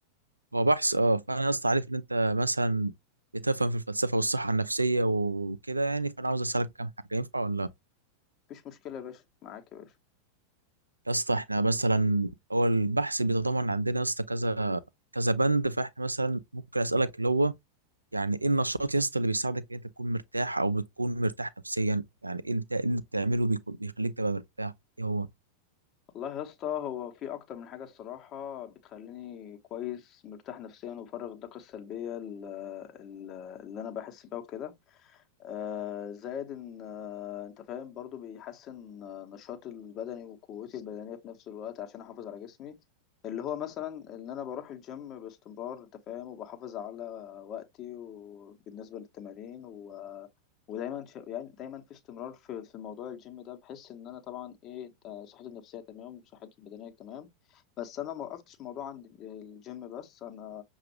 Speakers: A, on the right (about 80°); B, on the left (about 35°).
A: هو بحث اه فانا يا اسطى عارف ان انت مثلا بتفهم في الفلسفه والصحه النفسيه وكده يعني فانا عاوز اسالك كام حاجه ينفع ولا لا؟
B: مفيش مشكلة يا باشا معاك يا باشا
A: يا اسطى احنا مثلا هو البحث بيتضمن عندنا يا اسطى كذا كذا بند فاحنا مثلا ممكن اسالك اللي هو يعني ايه النشاط يا اسطى اللي بيساعدك ان انت تكون مرتاح او بتكون مرتاح نفسيا يعني ايه اللي بتا- اللي بتعمله بيكون بيخليك تبقى مرتاح ايه هو
B: والله يا اسطى هو في اكتر من حاجة الصراحة بتخليني كويس مرتاح نفسيا وبفرغ الطاقة السلبية ال- ال- اللي انا بحس بيها وكده آه، زائد ان آه، انت فاهم برضو بيحسن آه، نشاطي البدني وقوتي البدنيه في نفس الوقت عشان احافظ على جسمي اللي هو مثلا ان انا بروح الجيم باستمرار انت فاهم وبحافظ على وقتي وبالنسبه للتمارين و... ودايما ش... يعني دايما في استمرار في في موضوع الجيم ده بحس ان انا طبعا ايه ده صحتي النفسيه تمام وصحتي البدنيه تمام بس انا ما وقفتش موضوع عند الجيم بس انا